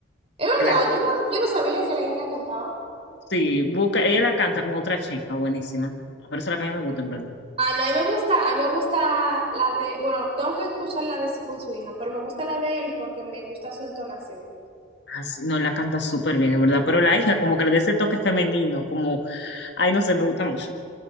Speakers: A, on the right; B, on the left.
A: Es verdad,
B: De la-
A: yo no, yo no sabía que la hija la cantaba.
B: sí, busca, ella la canta con otra chica, buenísima. Por eso es la que a mí me gusta, en verdad.
A: Ah, no, a mí me gusta, a mí me gusta la de, bueno, tengo que escuchar la de su- con su hija, pero me gusta la de él porque me gusta su entonación.
B: Ah, sí, no, la canta súper bien, en verdad. Pero la hija, como que le da ese toque femenino, como, ay, no sé, me gusta mucho.